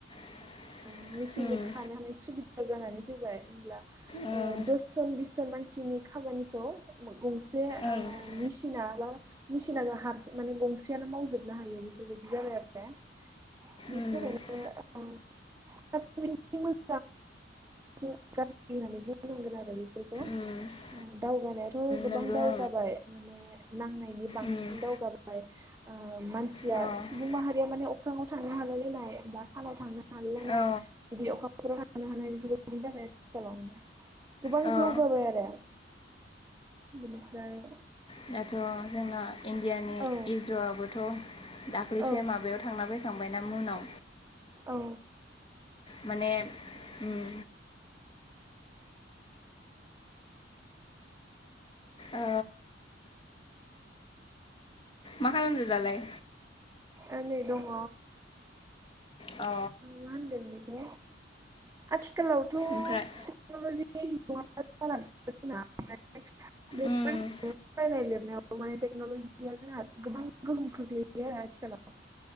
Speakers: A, on the left; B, on the right.
A: <inaudible>
B: मेसिनजों
A: ओम
B: खानो हानाय सुबिदा जानानै फैबाय होनब्ला
A: ओं
B: दस जन बिस जन मानसिनि खामानिखौ गंसे
A: ओं
B: ओ
A: ओम
B: मेसिना बा मेसिना हार माने गंसेयानो मावजोबनो हायो बेफोरबायदि जाबाय आरो दा बेनि
A: ओम
B: थाखायनो ओम <unintelligible> <unintelligible> होननानै बुंनांगोन आरो बेफोरखौ
A: ओम
B: दावगानायाथ' गोबां
A: नंगौ
B: दाउ माने नांनायनि बांसिन
A: ओं ओम
B: दावगाबाय ओ मानसिया
A: अ
B: सुबुं माहारिया माने अख्राङाव थांनो हालायलायनाय बा सानाव थांनाय हालायलायनाय
A: अ
B: बिदि अखाफोराव थांनो हानाय बेफोरबायदि जाबाय आरो आथिखालाव गोबां
A: अ
B: जौगाबाय आरो बिनिफ्राय
A: ओ दाथ' जोंना इण्डियानि
B: ओ
A: इजर'आबोथ' दाखलैसो
B: औ
A: माबायाव थांना फैखांबायना मुनाव
B: औ
A: माने उम ओ मा खालामदों दालाय?
B: एनै दङ
A: अ
B: मा होनगोन बेखौ आथिखालावथ'
A: ओमफ्राय
B: टेक्नलजि बे नङाब्ला <unintelligible>
A: उम
B: फरायनाय लिरनायाव माने टेक्न'लजि जोंहा गोबां गोहोम खोख्लैयो आरो आथिखालाव